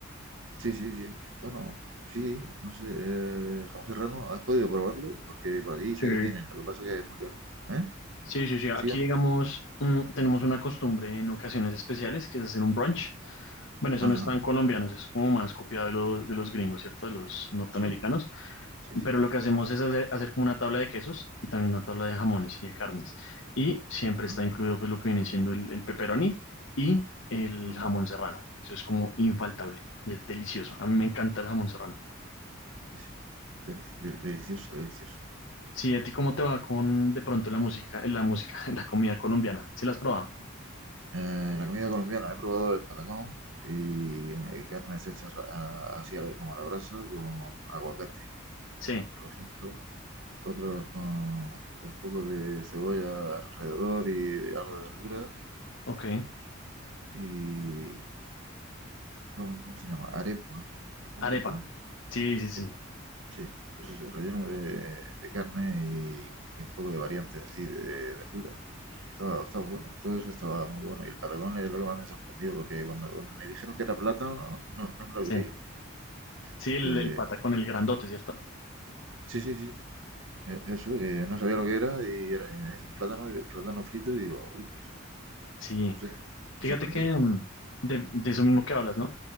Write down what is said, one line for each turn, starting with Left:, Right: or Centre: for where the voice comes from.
Right: Sí, sí, sí. Bueno, sí, no sé, eh, jamón serrano, ¿has podido probarlo? Porque por allí
Left: Sí.
Right: sé que tienen, lo que pasa es que es muy caro. ¿Eh?
Left: Sí, sí, sí. Aquí,
Right: ¿Sigan?
Left: digamos, mm, tenemos una costumbre en ocasiones especiales que es hacer un brunch. Bueno, eso
Right: Ajá,
Left: no es tan colombiano, eso es como más copiado de los, de los gringos, ¿cierto? De los norteamericanos.
Right: sí, sí, sí,
Left: Pero lo que hacemos es hacer, hacer como una tabla de quesos y también una tabla de jamones y de carnes. Y siempre
Right: ajá,
Left: está incluido pues lo que viene siendo el, el pepperoni y el
Right: ajá,
Left: jamón serrano. Eso es como infaltable y es delicioso. A mí me encanta el jamón serrano.
Right: sí, sí. Delici- del- delicioso, delicioso.
Left: Sí, ¿a ti cómo te va con de pronto la música, eh, la música, <laughs> la comida colombiana? ¿Sí la has probado?
Right: Eh, la comida colombiana, he probado el patacón y, y carnes hechas ra- a- así al- como a la brasa, con aguacate,
Left: Sí,
Right: por ejemplo. Otros con un poco de cebolla alrededor y algo de verduras.
Left: ok.
Right: Y, ¿cómo, cómo se llama? Arepa o
Left: Arepa.
Right: algo así.
Left: Sí, sí,
Right: Arepa.
Left: sí.
Right: Sí, pues eso, relleno de, de carne y, y un poco de variantes así de verduras. Estaba, estaba bueno, todo eso estaba muy bueno. Y el patagón es lo que más me sorprendió, porque cuando me dijeron que era plátano, no, no me
Left: Sí,
Right: lo creí.
Left: sí
Right: Porque-
Left: el, el pata con el grandote, ¿cierto?
Right: sí, sí, sí. E- Eso, que no sabía lo que era y, era, y me dicen plátano, y- plátano frito y digo, uy,
Left: Sí.
Right: no sé,
Left: Fíjate
Right: me sorprendió.
Left: que mm, de, de eso mismo que hablas, ¿no?